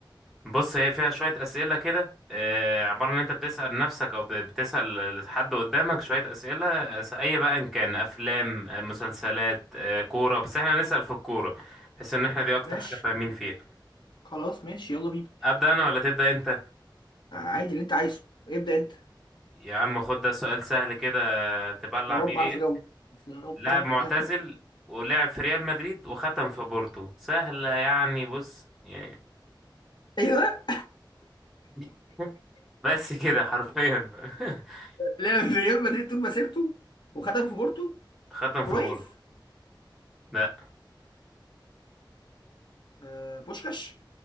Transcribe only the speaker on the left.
ماشي
خلاص ماشي يلا بينا
عادي اللي انت عايزه ابدأ انت
يا رب
اعرف اجاوب يا رب
<laughs>
يا رب
ايه ده؟
لعب في ريال مدريد طول مسيرته وخدم في بورتو
كرويف
آه بوشكاش